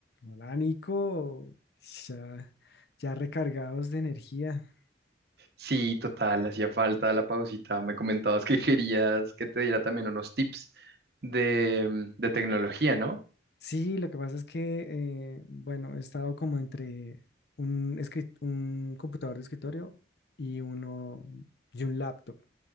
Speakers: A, on the left; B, on the right.
A: Hola, Nico. Ya, ya recargados de energía.
B: Sí, total, hacía falta la pausita. Me comentabas que querías que te diera también unos tips de, mm, de tecnología, ¿no?
A: Sí, lo que pasa es que, eh, bueno, he estado como entre un, escri- un computador de escritorio y uno y un laptop.